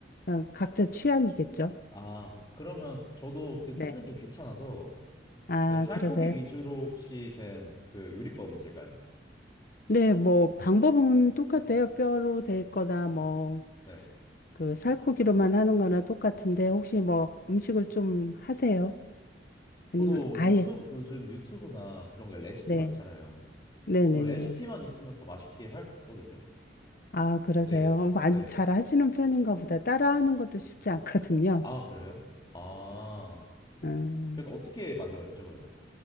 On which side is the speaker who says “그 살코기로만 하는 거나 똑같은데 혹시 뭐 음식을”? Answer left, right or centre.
Left